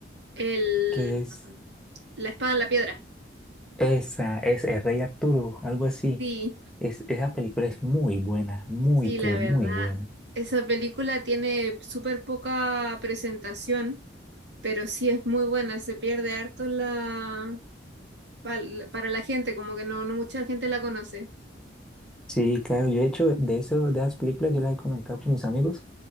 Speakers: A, on the right; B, in the centre.
A: El,
B: que es
A: mm, La espada en la piedra.
B: esa, es El Rey Arturo, algo así.
A: Sí,
B: Es, esa película es muy buena, muy,
A: sí,
B: pero
A: la verdad.
B: muy buena.
A: Esa película tiene súper poca presentación, pero sí es muy buena, se pierde harto la, pal- para la gente, como que no, no mucha gente la conoce.
B: Sí, claro, yo he hecho de eso, de las películas, yo las he comentado con mis amigos